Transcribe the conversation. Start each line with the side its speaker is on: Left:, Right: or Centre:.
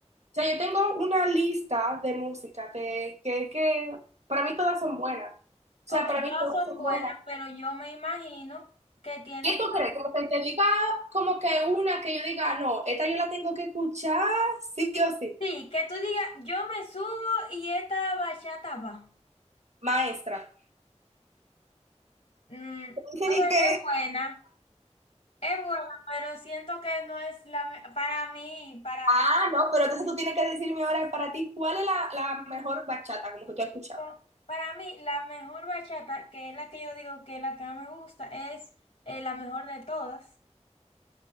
Right: sea, yo tengo una lista de música que, que, que para mí todas son buenas. O sea,
Left: Ok,
Right: para mí
Left: todas
Right: todas
Left: son
Right: son
Left: buenas,
Right: buenas.
Left: pero yo me imagino que tiene
Right: ¿Qué tú
Left: que...
Right: crees? Como que te diga, como que una que yo diga, no, esta yo la tengo que escuchar, sí o sí.
Left: Sí, que tú digas, yo me subo y esta bachata va.
Right: Maestra.
Left: Mm,
Right: Entonces dije,
Left: o sea, es buena, es buena, pero siento que no es la... me- Para mí, para
Right: ah,
Left: mí.
Right: no, pero entonces tú tienes que decirme ahora para ti cuál es la, la mejor bachata, como que tú has escuchado.
Left: pa- Para mí, la mejor bachata, que es la que yo digo que es la que más me gusta, es eh, la mejor de todas.